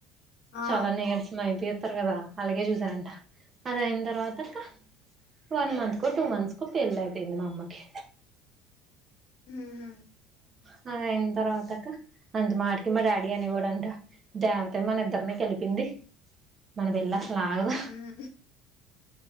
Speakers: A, on the left (about 70°); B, on the right (about 35°).
A: ఆ
B: చాలా నేర్చినయితే కదా అలాగే చూసారంట అది అయిన తర్వాత కా, వన్ మంత్ కు టూ మంత్స్ కు పెళ్ళ అయిపోయింది మా అమ్మకి
A: ఉహు
B: ఆ అద అయిన తర్వాత కా అంత మాటికి మా డాడీ అని ఇవ్వడంట మ డాడీ జాగా ప్పింది మన వెళ్ల్ళ లాగదా
A: ఉమ్